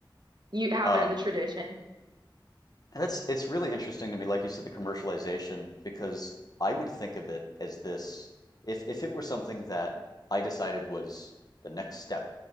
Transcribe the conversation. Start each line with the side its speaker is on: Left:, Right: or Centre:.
Right: have
Left: Um,
Right: it as a tradition.
Left: and that's it's really interesting to me, like you said, the commercialization, because I would think of it as this if if it were something that I decided was the next step